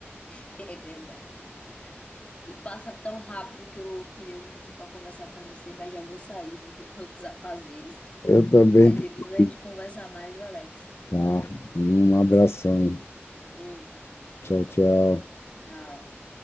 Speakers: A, on the left; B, on the left.
A: <laughs> é verdade. E passa tão rápido que eu tirei um minuto para conversar com você, mas já vou sair, viu, que eu tenho outros afazeres.
B: Eu também
A: Aí
B: tenho
A: depois a
B: que
A: gente
B: ir.
A: conversa mais, viu, Alex?
B: Tá. Um abração.
A: Outro.
B: Tchau, tchau.
A: Tchau.